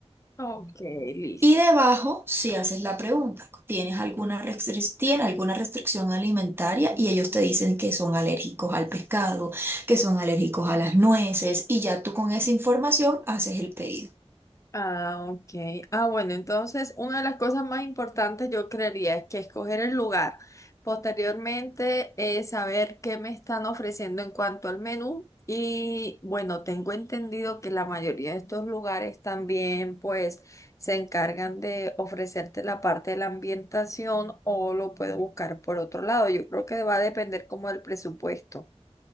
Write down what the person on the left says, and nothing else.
Ok, listo.
Ah, ok. Ah, bueno, entonces una de las cosas más importantes yo creería es que escoger el lugar. Posteriormente, eh, saber qué me están ofreciendo en cuanto al menú. Y bueno, tengo entendido que la mayoría de estos lugares también pues se encargan de ofrecerte la parte de la ambientación o lo puedo buscar por otro lado. Yo creo que va a depender como del presupuesto.